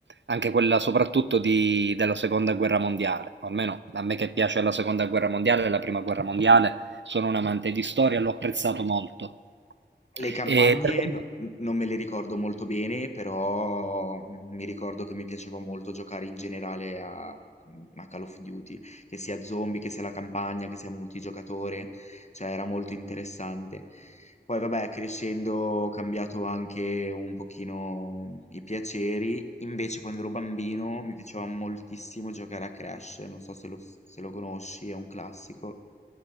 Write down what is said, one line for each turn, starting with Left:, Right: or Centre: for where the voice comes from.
Right: anche quella soprattutto di- della seconda guerra mondiale, o almeno a me che piace la seconda guerra mondiale e la prima guerra mondiale, sono un amante di storia, l'ho apprezzato molto.
Left: Le campagne
Right: E per quanto-
Left: n- non me le ricordo molto bene, però mi ricordo che mi piaceva molto giocare in generale a, mm, a Call of Duty, che sia zombie, che sia la campagna, che sia multigiocatore, cioè era molto interessante. Poi vabbè, crescendo ho cambiato anche un pochino i piaceri, invece quando ero bambino mi piaceva moltissimo giocare a Crash, non so se lo, se lo conosci, è un classico.